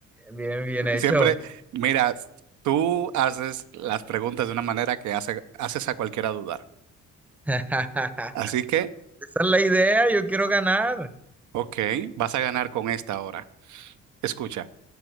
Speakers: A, in the centre; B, on the right.
A: Bien, bien hecho.
B: Siempre, mira, tú haces las preguntas de una manera que hace- haces a cualquiera dudar.
A: <laughs>
B: Así que,
A: Esa es la idea, yo quiero ganar.
B: ok, vas a ganar con esta ahora. Escucha.